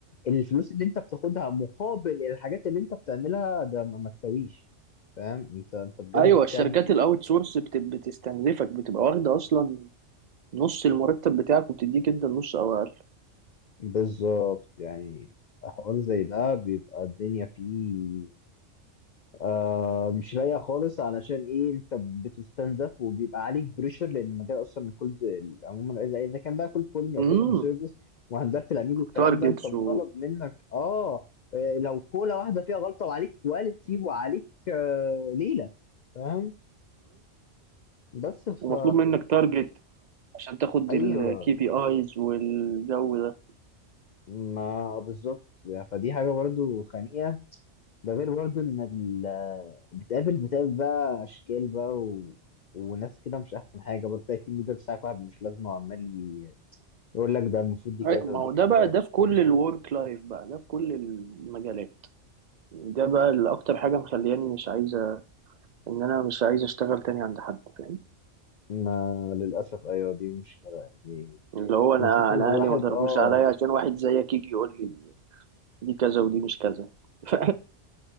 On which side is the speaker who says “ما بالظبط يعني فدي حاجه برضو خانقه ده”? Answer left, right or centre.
Left